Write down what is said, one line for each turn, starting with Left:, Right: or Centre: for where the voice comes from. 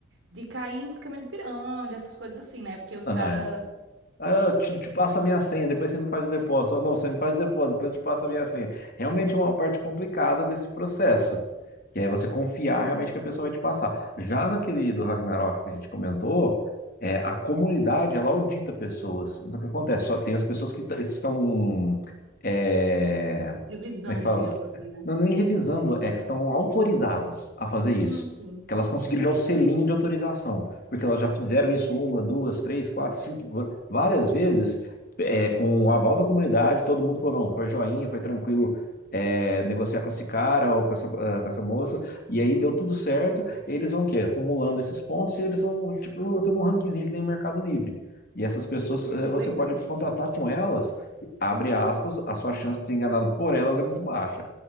Right: de cair em esquema de pirâmide, essas coisas assim, né? Porque os
Left: Não,
Right: caras
Left: não, é. Aí eu te, te passo a minha senha, depois você me faz o depósito. Ou não, você me faz o depósito, depois eu te passo a minha senha. Realmente é uma parte complicada desse processo, que é você confiar realmente que a pessoa vai te passar. Já naquele do Ragnarok que a gente comentou, é, a comunidade, ela audita pessoas. Então, o que acontece? Só tem as pessoas que t- estão... é,
Right: revisando,
Left: como é que fala?
Right: digamos assim, né?
Left: Não, nem revisando, é que estão autorizadas a fazer isso.
Right: Hum, sim.
Left: Que elas conseguiram já o selinho de autorização, porque elas já fizeram isso uma, duas, três, quatro, cinco, va- várias vezes, é, com o aval da comunidade, todo mundo falou, não, foi joinha, foi tranquilo, é, negociar com esse cara ou com essa, ah, com essa moça, e
Right: Uhum.
Left: aí deu tudo certo, e eles vão o quê? Acumulando esses pontos, e eles vão, tipo, tendo um rankingzinho que nem o Mercado Livre. E essas pessoas, eh,
Right: Que
Left: você
Right: Legal.
Left: pode contratar com elas, abre aspas, a sua chance de ser enganado por elas é muito baixa.